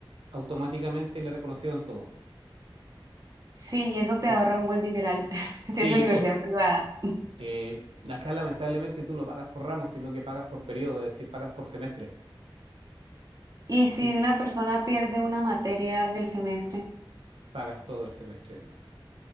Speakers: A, on the right; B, on the right.
A: automáticamente le reconocieron todo.
B: Sí, y eso te
A: Por,
B: ahorra un buen dineral <laughs>
A: sí,
B: si es universidad
A: pues,
B: privada.
A: eh, acá lamentablemente tú no pagas por ramos, sino que pagas por periodo, es decir, pagas por semestre.
B: ¿Y
A: Así
B: si
A: que
B: una persona pierde una materia del semestre?
A: pagas todo el semestre, ¿no?